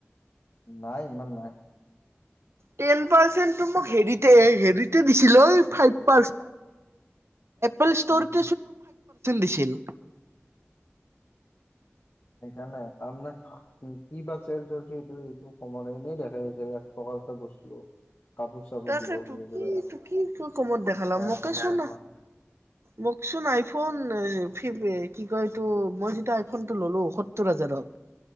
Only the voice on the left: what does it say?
নাই, ইমান নাই।
উম হু
সেইকাৰণে তাৰমানে কি বা চেল চলছ এইটো এইটো কমলৈনেই দেখাই আহিছে এক প্ৰকা <unintelligible> এটা বস্তু কাপোৰ চাপোৰ
দিব
বুলি কিবা
এয়াৰফোন
চেয়াৰফোন